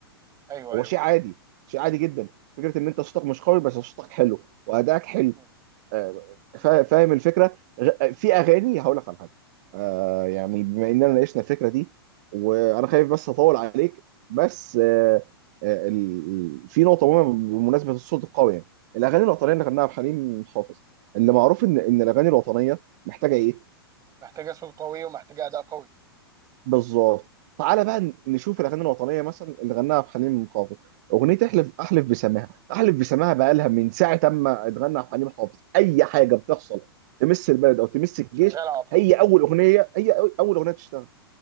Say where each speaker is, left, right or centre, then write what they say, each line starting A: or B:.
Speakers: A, on the right; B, on the right.
A: ايوه
B: هو
A: ايوه
B: شيء عادي شيء عادي جدا فكرة ان انت صوتك مش قوي بس صوتك حلو وادائك حلو
A: امم
B: آه،
A: امم
B: فا- فاهم الفكره غ- في اغاني هقول لك على حاجه آه، يعني بما اننا ناقشنا الفكره دي وانا خايف بس اطول عليك بس آه، آه، ال- ال- في نقطه مهمه بمناسبه الصوت القوي يعني الاغاني الوطنيه اللي غناها بحليم حافظ اللي معروف ان ان الاغاني الوطنيه محتاجه ايه؟
A: محتاجه صوت قوي ومحتاجه اداء قوي
B: بالظبط تعالى بقى نشوف الاغاني الوطنيه مثلا اللي غناها عبد الحليم حافظ اغنيه احلف احلف بسماها احلف بسماها بقى لها من ساعه اما اتغنى عبد الحليم حافظ اي حاجه بتحصل تمس البلد او تمس الجيش
A: شغال على طول
B: هي اول اغنيه هي أو- اول اغنيه تشتغل